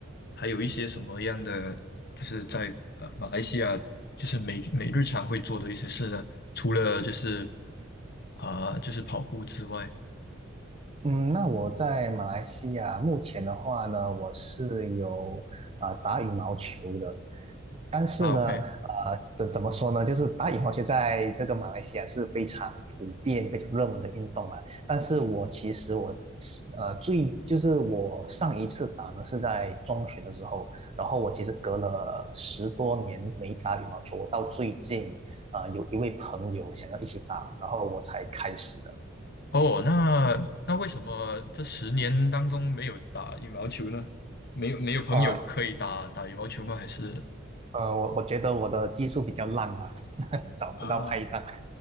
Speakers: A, on the left; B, on the right.
A: 还有一些什么样的，就是在呃马来西亚，就是每每日常会做的一些事呢？除了就是啊、就是跑步之外。
B: 嗯，那我在马来西亚目前的话呢，我是有啊、打羽毛球的，但是呢，
A: 啊，OK，
B: 怎怎么说呢，就是打羽毛球在这个马来西亚是非常普遍、非常热门的运动嘛。但是我其实我呃最就是我上一次打呢是在中学的时候，然后我其实隔了十多年没打羽毛球，我到最近啊呃有一位朋友想要一起打，然后我才开始的。
A: 哦，那那为什么这十年当中没有打羽毛球呢？没有没有朋友可以打打羽毛球吗？
B: 哦，
A: 还是
B: 呃，我我觉得我的技术比较烂吧，<laughs> 找不到拍档。
A: 啊，